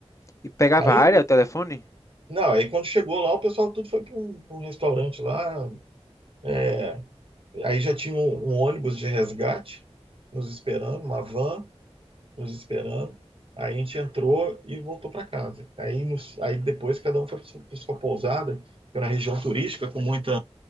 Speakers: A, on the left; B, on the right.
A: E pegava
B: Aí
A: a área, o telefone?
B: Não, aí quando chegou lá, o pessoal tudo foi para um, pra um restaurante lá. é, aí já tinha um, um ônibus de resgate nos esperando, uma van nos esperando. Aí a gente entrou e voltou para casa. Aí, nos- aí depois cada um foi para sua pousada, que era uma região turística com muita,